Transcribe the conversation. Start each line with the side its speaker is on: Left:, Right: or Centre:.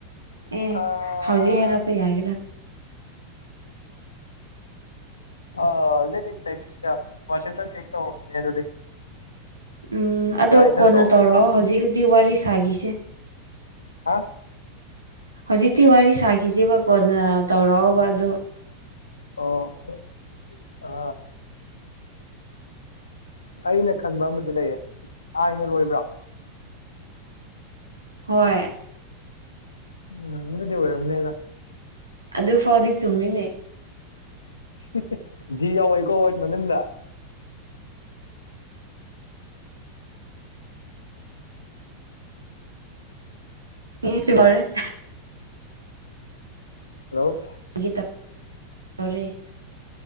Right: ꯑꯦ
Left: ꯑꯥ
Right: ꯍꯧꯖꯤꯛ ꯍꯥꯏꯔꯛꯄ ꯌꯥꯒꯦꯔꯥ
Left: ꯑ ꯂꯩꯠ ꯃꯤ <unintelligible> ꯋꯥꯠꯆꯎꯞꯇ ꯇꯦ꯭ꯁꯠ ꯇꯧꯔꯛꯀꯦꯅꯦ ꯑꯗꯨꯗꯤ
Right: ꯎꯝ ꯑꯗꯣ
Left: ꯌꯥꯏ ꯅꯠꯇ꯭ꯔꯣ
Right: ꯀꯣꯟꯅ ꯇꯧꯔꯛꯑꯣ ꯍꯧꯖꯤꯛ ꯍꯧꯖꯤꯛ ꯋꯥꯔꯤ ꯁꯥꯈꯤꯁꯦ
Left: ꯍꯥ
Right: ꯍꯧꯖꯤꯛꯇꯤ ꯋꯥꯔꯤ ꯁꯥꯈꯤꯁꯦꯕ ꯀꯣꯟꯅ ꯇꯧꯔꯛꯑꯣꯕ ꯑꯗꯨ
Left: ꯑꯣ ꯀꯦ ꯑ ꯑꯩꯅ ꯈꯟꯕ ꯑꯃꯗꯤ ꯂꯩꯌꯦ ꯑꯥꯏꯅ ꯂꯣꯏꯕ꯭ꯔꯥ
Right: ꯍꯣꯏ
Left: ꯎꯝ ꯑꯗꯨꯗꯤ ꯑꯣꯏꯔꯝꯅꯤꯗ
Right: ꯑꯗꯨꯐꯥꯎꯗꯤ ꯆꯨꯝꯃꯤꯅꯦ
Left: ꯍꯤ ꯍꯤꯖꯤ ꯌꯥꯎꯋꯦꯀꯣ ꯋꯣꯔ꯭ꯗ ꯃꯅꯨꯡꯗ
Right: ꯌꯦꯆꯔꯦ <unintelligible>
Left: ꯍꯜꯂꯣ
Right: <inaudible>